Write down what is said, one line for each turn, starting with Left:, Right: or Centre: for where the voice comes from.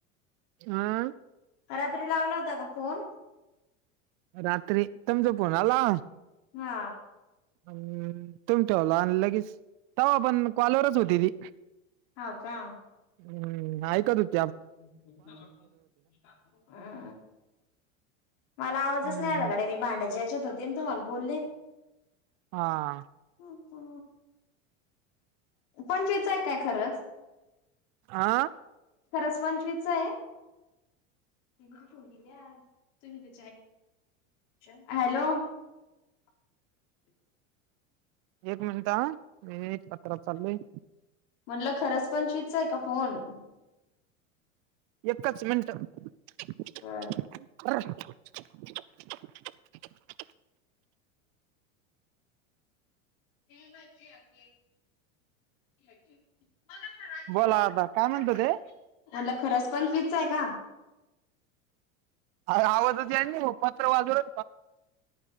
Right: आ.
Left: रात्री लावला होता, का फोन?
Right: रात्री तुमचा फोन आला.
Left: हा.
Right: अम तुम्ही ठेवला, आणि लगेच तवा पण काँलवरच होती ती.
Left: हो, का?
Right: हम नाही करत.
Left: <unintelligible> आ मला आवाजच
Right: हम्म
Left: नाही आला गडे मी भांड्याच्या याच्यात होते ना, तुम्हाला बोलले.
Right: हा.
Left: हो. पंचेच आहे काय? खरचं,
Right: आ
Left: खरच पंच विचय. <unintelligible> द्या तुम्ही <unintelligible> हॅलो! <unintelligible>
Right: एक मिनिट ह, मी एक <unintelligible> चाललयं.
Left: म्हटलं खरंच, पंचवीस चा हाय का फोन?
Right: एकचं मिनट. <unintelligible>
Left: म्हणलं <unintelligible> <unintelligible> मला करा, <unintelligible>
Right: बोला आता काय म्हणतो ते
Left: म्हणलं खरंच पंचवीसचं आहे का?
Right: अरे, आवाजचं याय नाही म पत्र वाजवल